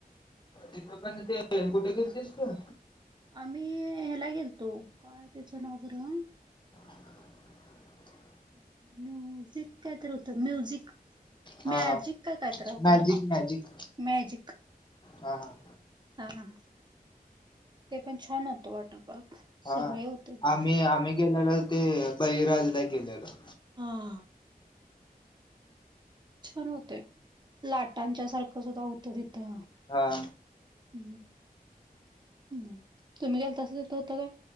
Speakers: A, on the left (about 30°); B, on the right (about 30°).
A: तिथं पण ते कुठे गेलतीस तू?.
B: आम्हीं हेला गेलतो काय त्याच नाव बरं.
A: <unintelligible>
B: कायतरी म्युझिक काय तर होतं म्युझिक.
A: हा
B: मॅजिक
A: हा
B: का काय तर होत
A: मॅजिक
B: बघ नाव
A: मॅजिक
B: मॅजिक.
A: हा हा.
B: हा, हां. ते पण छान होतं वॉटर पार्क.
A: हा
B: सगळे होते तिथं
A: आम्ही आम्हीं गेलेलो ते बळीराजला गेलेलो.
B: हां. छान होतंय, लाटांच्या सारखं सुद्धा होतं तिथं.
A: हा.
B: ह, हम्, तुम्ही गेलतासा तिथं हुतं काय.?